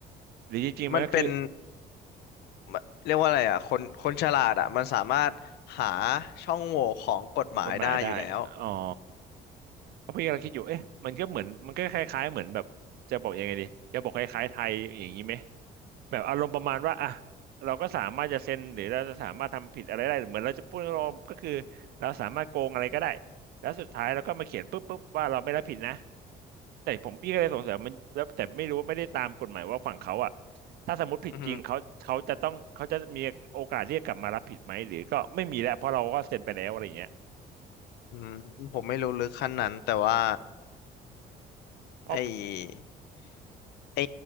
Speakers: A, on the right (about 70°); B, on the left (about 75°).
A: หรือจริงๆมันก็คือ
B: มันเป็นมันเรียกว่าอะไรอ่ะคนคนฉลาดอ่ะมันสามารถหาช่องโหว่ของกฎหมายได้อยู่แล้ว
A: กฎหมายได้อ๋อเพราะพี่กำลังคิดอยู่เอ๊ะมันก็เหมือนมันก็คล้ายๆเหมือนแบบจะบอกยังไงดีจะบอกคล้ายๆไทยอย่างนี้ไหมแบบอารมณ์ประมาณว่าอ่ะเราก็สามารถจะเซ็นหรือเราจะสามารถทำผิดอะไรได้เหมือนเราจะพูดรวมก็คือเราสามารถโกงอะไรก็ได้แล้วสุดท้ายเราก็มาเขียนปุ๊บปุ๊บว่าเราไม่รับผิดนะ แต่ผมพี่ก็เลยสงสัยมันแล้วแต่ไม่รู้ไม่ได้ตามกฎหมายว่าฝั่งเขาอ่ะถ้าสมมติผิดจริงเขาเขาจะต้องเขาจะมีโอกาสเรียกกลับมารับผิดไหมหรือก็ไม่มีแล้วเพราะเราก็เซ็นไปแล้วอะไรอย่างเงี้ย
B: อือฮึอืมผมไม่รู้ลึกขั้นนั้นแต่ว่า
A: เพราะ
B: ไอ้ไอ้